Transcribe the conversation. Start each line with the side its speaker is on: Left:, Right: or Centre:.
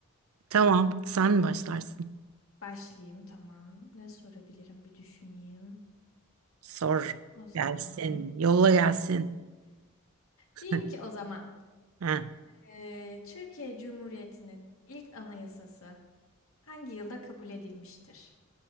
Right: Tamam, sen mi başlarsın?
Left: Başlayayım tamam. Ne sorabilirim bir düşüneyim.
Right: Sor
Left: O zaman.
Right: gelsin, yolla gelsin. <laughs>
Left: Diyeyim ki o zaman.
Right: Ha.
Left: eee, Türkiye Cumhuriyeti'nin ilk anayasası hangi yılda kabul edilmiştir?